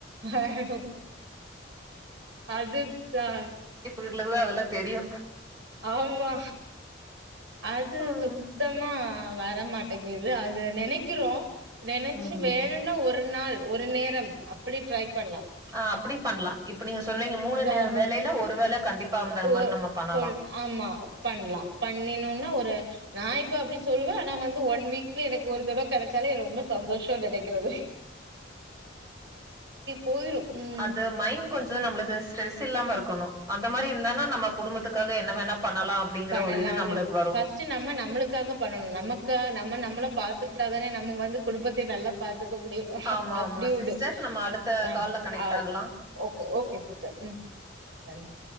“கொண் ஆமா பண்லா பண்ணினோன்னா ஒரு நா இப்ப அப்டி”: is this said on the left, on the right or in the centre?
Right